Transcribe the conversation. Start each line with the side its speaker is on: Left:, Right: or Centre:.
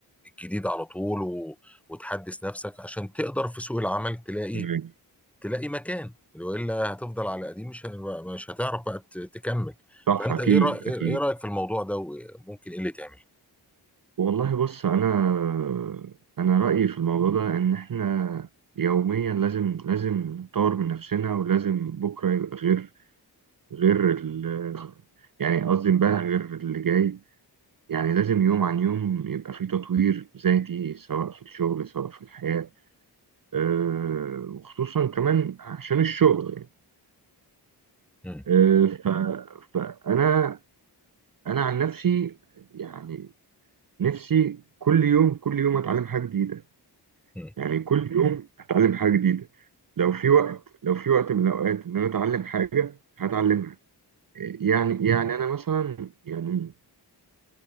Centre: الجديد على طول و... وتحدث نفسك عشان تقدر في سوق العمل تلاقي
Right: تمام
Centre: تلاقي مكان والا هتفضل على قديم مش ه- مش هتعرف بقى ت- تكمل
Right: صح
Centre: فانت
Right: اكيد
Centre: ايه رأي... ايه
Right: اكيد
Centre: إيه رايك في الموضوع ده وممكن ايه اللي تعمل
Right: والله بص انا انا رايي في الموضوع ده ان احنا يوميا لازم لازم نطور من نفسنا ولازم بكره يبقى غير غير ال يعني قصدي امبارح غير اللي جاي يعني لازم يوم عن يوم يبقى في تطوير ذاتي سواء في الشغل سواء في الحياه أه وخصوصا كمان عشان الشغل يعني
Centre: مم.
Right: أه ف... فانا انا عن نفسي يعني نفسي كل يوم كل يوم اتعلم حاجه جديده
Centre: مم.
Right: يعني كل يوم اتعلم حاجه جديده لو في وقت لو في وقت من الاوقات ان انا اتعلم حاجه هتعلمها يعني يعني انا مثلا يعني